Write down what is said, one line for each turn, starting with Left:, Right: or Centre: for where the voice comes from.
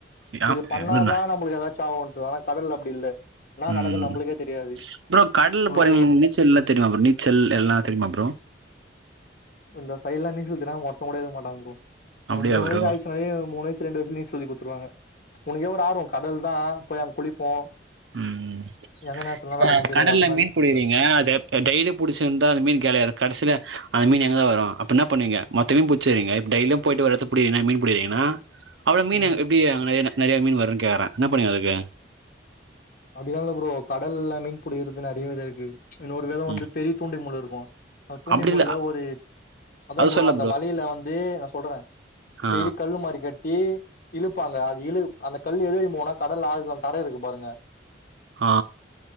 Right: யா
Left: இது பண்ணாதா
Right: என்னன்ன
Left: நம்மளுக்கு ஏதாச்சு ஆவோன்ட்டு ஆன கடல்ல அப்டி இல்ல என்னா
Right: ம்
Left: நடக்குன்னு
Right: ம்
Left: நம்மளுக்கே தெரியாது
Right: ப்ரோ கடல்ல
Left: ஃபுல்லா
Right: போறீங்கல்ல
Left: இயற்
Right: உங்களுக்கு நீச்சல் எல்லா தெரியுமா ப்ரோ நீச்சல் எல்லா தெரியுமா ப்ரோ
Left: இந்த சையிலா நீச்சல் தெரியாம ஒருத்த கூட இருக்க மாட்டாங்க ப்ரோ உனக்கு
Right: அப்டியா
Left: மூணு
Right: ப்ரோ
Left: வயசு ஆயிச்சுனாலே மூணு வயசு ரெண்டு வயசுலயே நீங்க சொல்லிக் கொடுத்துடுவாங்க உனக்கே ஒரு ஆர்வொ கடல் தா போய் அங்க குளிப்போ
Right: உம்
Left: எந்த நேரத்துலலா
Right: இப்ப
Left: நடக்குன்னு தெரியாது
Right: கடல்ல
Left: அதனால
Right: மீன் புடிக்கிறீங்க அத இப்ப டெய்லி புடிச்சு இருந்தா அத மீன் கெடயட கடைசியில அந்த மீன் எங்க வரு அப்ப என்ன பண்ணுவீங்க மொத்தவியு புச்சிருவிங்க இப்ப டெய்லியு போயிட்டு வர்றது எப்டி மீன் புடிக்கிறீங்கன்னா அவ்ளோ மீன்
Left: ம்
Right: எப்டி அங்கன்ன <unintelligible> நெறைய மீன் வருன்னு கேக்கறே என்ன பண்ணுவீங்க அதுக்கு
Left: அப்டிலா இல்ல ப்ரோ கடல்ல மீன் புடிக்கிறது நெறய விதொ இருக்கு இன்னொரு விதொ வந்து
Right: ம்
Left: பெரிய தூண்டில் முள் இருக் அ தூண்டில்
Right: அப்டி
Left: முள்ள
Right: இல்ல
Left: ஒரு அத
Right: அது
Left: ப்ரோ
Right: சொல்ல
Left: அந்த வலையில வந்து நா சொல்றே
Right: ஆ
Left: பெரிய கல்லு மாறி கட் டி இழுப்பாங்க அது இழு அந்த கல் எதுறிக்கு போகோனா கடல் ஆழ்த்ல தர இருக்கு பாருங்க
Right: ஆ